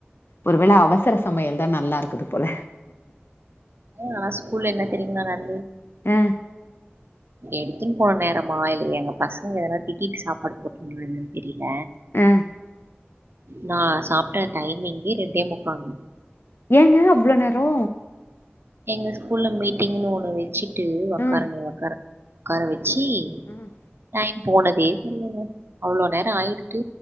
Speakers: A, on the left; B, on the right.
A: ஒருவேள அவசர சமையல் தா நல்லாருக்குது போல
B: மூணு நாளா ஸ்கூல்ல என்ன தெரியுங்களா நடக்
A: அ
B: எடுத்துன் போன நேரமா இல்ல எங்க பசங்க எதனா திட்டிட்டு சாப்பாடு போட்டதுன்னா தெரியல
A: அ
B: நா சாப்ட்ட டைமிங்கே ரெண்டே முக்கால்
A: ஏங்க அவ்ளோ நேரோ
B: எங்க ஸ்கூல்ல மீட்டிங்குன்னு ஒன்னு வெச்சுட்டு ஒக்காருங்க
A: ஆ
B: ஒக்காருங்க உட்கார வெச்சி
A: ம்
B: டைம் போனதே தெரியல அவ்ளோ நேரோ ஆயிட்டு